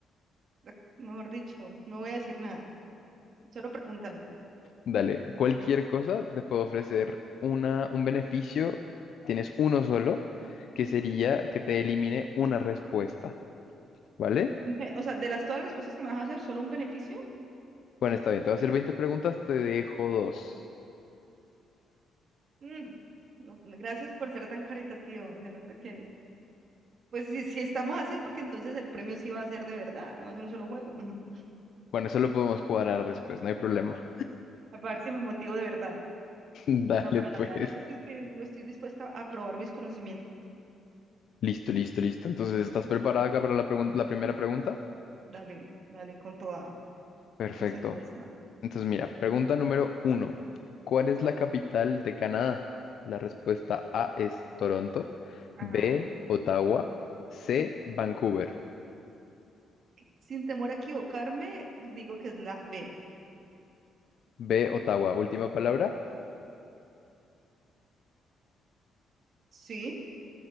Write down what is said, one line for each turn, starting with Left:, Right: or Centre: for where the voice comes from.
Right: ac- mejor dicho, no voy a decir nada, solo pregúntame.
Left: Dale, cualquier cosa te puedo ofrecer una, un beneficio, tienes uno solo, que sería
Right: Mm,
Left: que te elimine una respuesta, ¿vale?
Right: ve- O sea, de las todas las respuestas que me vas a hacer, ¿solo un beneficio?
Left: Bueno, está bien, te voy a hacer 20 preguntas, te dejo dos.
Right: Mm, no, gracias por ser tan caritativo, se nota que... Pues si, si estamos así es porque entonces el premio sí va a ser de verdad, no va a ser un solo juego. <laughs>
Left: Bueno, eso lo podemos cuadrar después, no hay problema.
Right: A ver si me motivo de verdad.
Left: <laughs> Dale,
Right: No, pero
Left: pues.
Right: dale, dale, porque es que estoy dispuesta a probar mis conocimientos.
Left: Listo, listo, listo. Entonces, ¿estás preparada acá para la pregun- la primera pregunta?
Right: Dale, dale, con toda,
Left: Perfecto.
Right: concentradísima.
Left: Entonces, mira, pregunta número uno. ¿Cuál es la capital de Canadá? La respuesta A es Toronto,
Right: Ajá.
Left: B, Ottawa, C, Vancouver.
Right: Sin temor a equivocarme, digo que es la B.
Left: B, Ottawa. Última palabra.
Right: ¿Sí?